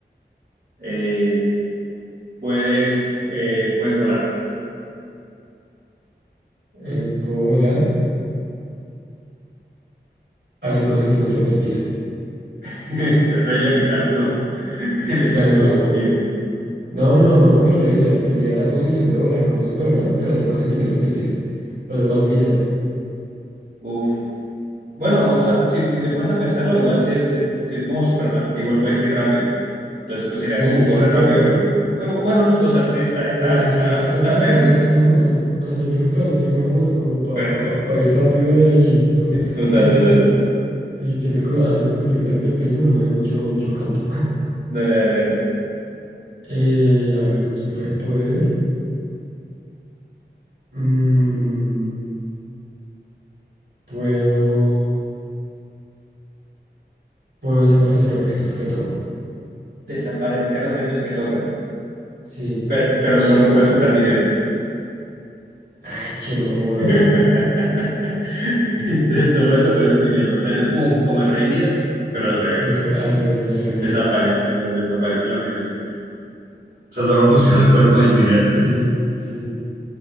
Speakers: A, on the right; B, on the right.
A: eh, puedes, eh, puedes volar.
B: eh, ¿puedo volar? A cinco centímetros del piso,
A: <laughs> Estás ahí levitando, <laughs> levitando
B: tal cual.
A: súper poquito.
B: No, no, no, no, porque no levitas Tendrías la posición de volar como Superman, pero a 5 centímetros del piso. O sea, es más humillante.
A: Uf. Bueno, o sea, si, si te pones a pensarlo, igual si eres, si es si es como Superman, igual puedes ir rápido. Entonces que sería
B: Sí,
A: como correr
B: sí, pero,
A: rápido, pero eh, bueno, o sea, sí, está, está,
B: Pero
A: está,
B: siento que
A: está
B: para
A: feo.
B: eso tienes una moto, ¿no? O sea, siento que para eso sirve una moto, como para
A: Bueno,
B: pa,
A: to-
B: pa pa ir rápido derechito.
A: total,
B: Porque
A: total.
B: sí, siento que a cinco centímetros del piso uno no ve mucho, mucho campo. <laughs>
A: Dale, dale, dale.
B: Eh, a ver, un superpoder. Mm, puedo, puedo desaparecer objetos que toco.
A: Desaparecer objetos que tocas,
B: Sí.
A: pero, pero solo puedes tocar dinero.
B: Ay, chino, joda.
A: <laughs> Solo desaparece dinero, o sea, eres
B: Sí,
A: como, como el rey Midas, pero al revés.
B: tal cual, al revés, al revés.
A: Desaparece, ¿sabes? Desaparece la riqueza. O sea, solo funciona el poder con el dinero.
B: Sí.
A: <laughs>
B: sí.